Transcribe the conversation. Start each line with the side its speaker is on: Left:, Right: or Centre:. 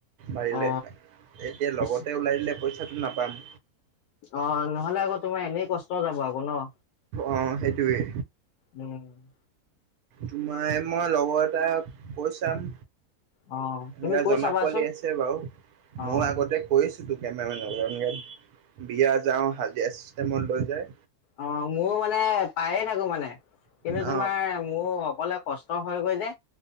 Right: পাৰিলে
Left: অ
Right: এতিয়া
Left: পিছে
Right: লগতে ওলাই দিলে পইচাটো নাপাম
Left: অ' নহলে আকৌ তোমাৰ এনেই কষ্ট যাব আকৌ ন
Right: অ' সেইটোৱে
Left: উম <inaudible>
Right: তোমাৰ মই লগৰ এটাক কৈ চাম
Left: অ
Right: এনেকাে
Left: তুমি কৈ
Right: জনা
Left: চাবাচোন
Right: পোৱালি আছে বাৰু
Left: অ
Right: মই আগতে কৰিছোঁতো কেমেৰামেনৰ লগত, বিয়া যাওঁ হাজিৰা চিষ্টেমত লৈ যায়।
Left: অ' মোৰ মানে পায়ে থাকো মানে কিন্তু
Right: অ
Left: তোমাৰ মোৰ অকলে কষ্ট হয় গৈ, যে